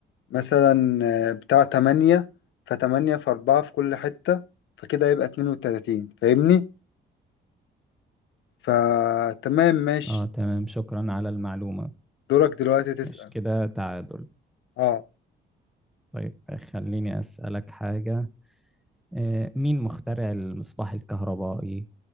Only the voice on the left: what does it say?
مثلا آه، بتاع تمانية فتمانية في أربعة في كل حتة فكده يبقى اتنين وتلاتين فاهمني؟ فتمام ماشي
دورك دلوقتي تسأل
اه